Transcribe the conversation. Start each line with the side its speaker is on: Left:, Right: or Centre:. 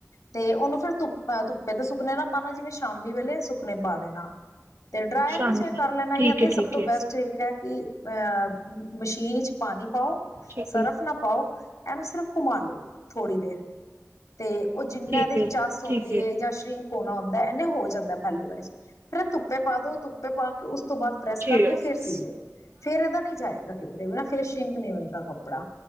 Left: ਤੇ ਔਨੂੰ ਫੇਰ ਤੁਪ, ਧੁੱਪੇ ਤੇ ਸੁੱਕਨੇ ਨਾ ਪਾਣਾ ਜਿਵੇਂ ਸ਼ਾਮੀ ਵੇਲੇ, ਸੁੱਕਨੇ ਪਾ ਦੇਣਾ। ਤੇ ਡਰਾਯਰ
Right: ਸ਼ਾਮ
Left: ਵੀ ਚਾਏ
Right: ਨੂੰ
Left: ਕਰ ਲੈਣਾ,
Right: ਠੀਕ
Left: ਯਾ ਤੇ
Right: ਹੈ
Left: ਸਭ
Right: ਠੀਕ
Left: ਤੋਂ
Right: ਹੈ
Left: ਬੈਸਟ ਤਰੀਕੈ ਕਿ ਅ ਮ ਮਸ਼ੀਨ ਇਚ ਪਾਣੀ ਪਾਓ।
Right: ਠੀਕ
Left: ਸਰਫ
Right: ਹੈ
Left: ਨਾ ਪਾਓ, ਐਨੂੰ ਸਿਰਫ਼ ਘੁਮਾ ਲੋ, ਥੋੜ੍ਹੀ ਦੇਰ। ਤੇ ਔ ਜਿੰਨਾਂ
Right: ਠੀਕ
Left: ਐਦੇ
Right: ਹੈ
Left: ਚ ਚੱਸ ਹੋੰਦੀ
Right: ਠੀਕ ਹੈ
Left: ਏ ਯਾ ਸ਼੍ਰਿੰਕ ਹੋਣਾ ਹੁੰਦੈ, ਐਨੇ ਹੋ ਜਾਂਦੈ ਪੈਲੀ ਵਾਰੀ ਚ, ਫੇਰ ਐਨ ਧੁੱਪੇ ਪਾ ਦੋ ਧੁੱਪੇ ਪਾ ਕੇ ਉਸ ਤੋਂ ਬਾਦ ਪ੍ਰੈਸ
Right: ਠੀਕ
Left: ਕਰਕੇ, ਫੇਰ ਸੀਲੋ, ਫੇਰ ਏਦਾ ਨਹੀਂ ਜਾਏਗਾ ਕਿਧਰੇ ਬੀ ਫੇਰ ਸ਼ਰਿੰਕ ਨੀ ਹੋਏਗਾ ਕੱਪੜਾ,